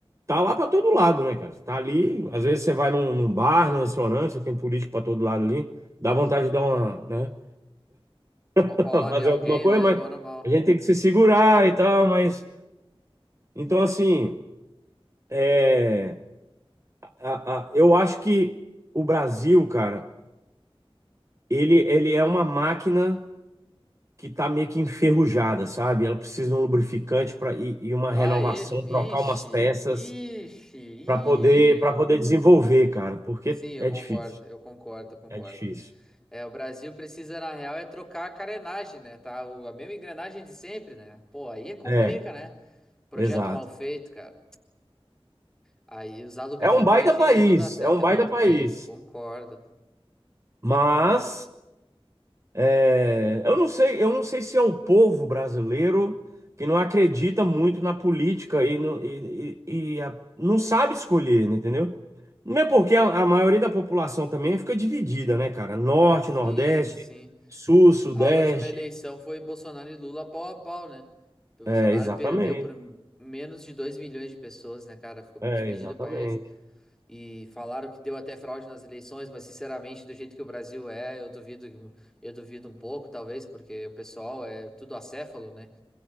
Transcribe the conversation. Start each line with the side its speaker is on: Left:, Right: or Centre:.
Right: tá lá pra todo lado, né, cara? Tá ali, às vezes você vai num, num bar, num restaurante, você tem político pra todo lado ali. Dá vontade de dar uma, né?
Centre: Uma
Right: <laughs>
Centre: paulada
Right: fazer
Centre: em alguém,
Right: alguma coisa,
Centre: né?
Right: mas
Centre: Normal.
Right: a gente tem que se segurar e tal, mas então assim, é, a- a- eu acho que o Brasil, cara, ele, ele é uma máquina que tá meio que enferrujada, sabe? Ela precisa de um lubrificante para e, e uma
Centre: Lá
Right: renovação,
Centre: ele, vixe,
Right: trocar umas peças
Centre: vixe, ih.
Right: para poder para poder desenvolver, cara, porque
Centre: Sim, eu
Right: é
Centre: concordo,
Right: difícil,
Centre: eu concordo, eu concordo.
Right: é difícil.
Centre: É, o Brasil precisa, na real, é trocar a carenagem, né? Tá? O- a mesma engrenagem de sempre, né? Pô, aí complica,
Right: É,
Centre: né? Projeto
Right: exato.
Centre: mal feito, cara. Aí usar lubrificante
Right: É um baita país,
Centre: não dá certo,
Right: é um
Centre: é
Right: baita
Centre: um baita
Right: país,
Centre: país, concordo.
Right: mas É, eu não sei, eu não sei se é o povo brasileiro que não acredita muito na política e, não e- e- e a- não sabe escolher, né, entendeu? Não é porque a, a maioria da população também fica dividida, né, cara? Norte,
Centre: Sim,
Right: Nordeste,
Centre: sim.
Right: Sul, Sudeste.
Centre: A última eleição foi Bolsonaro e Lula pau a pau, né? O Bolsonaro
Right: É, exatamente.
Centre: perdeu por menos de 2 milhões de pessoas, né, cara? Ficou muito
Right: É,
Centre: dividido
Right: exatamente.
Centre: o país. E falaram que deu até fraude nas eleições, mas sinceramente, do jeito que o Brasil é, eu duvido, eu duvido um pouco, talvez, porque o pessoal é tudo acéfalo, né?